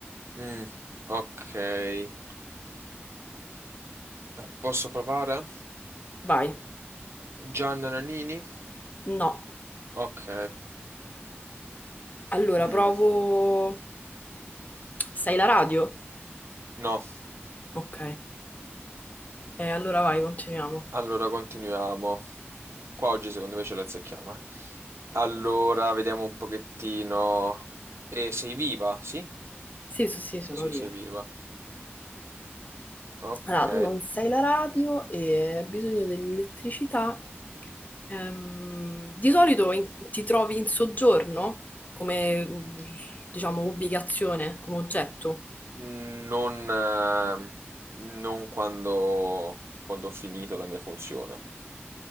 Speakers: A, on the right; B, on the left.
A: Mm, ok. Eh, posso provare?
B: Vai,
A: Gianna Nannini?
B: no.
A: Ok.
B: Allora
A: Mm,
B: provo... Stai la radio?
A: no,
B: Ok, Eh, allora vai, continuiamo.
A: allora continuiamo. Qua oggi secondo me ce la azzecchiamo, eh. Allora, vediamo un pochettino. Eh, sei viva? Sì?
B: Sì, sì, sì, sono
A: Sì,
B: viva.
A: sei viva. Ok.
B: Allora, tu non sai la radio e hai bisogno dell'elettricità. Ehm, di solito in- ti trovi in soggiorno come, diciamo, ubicazione, come oggetto.
A: Non, eh, non quando, quando ho finito la mia funzione.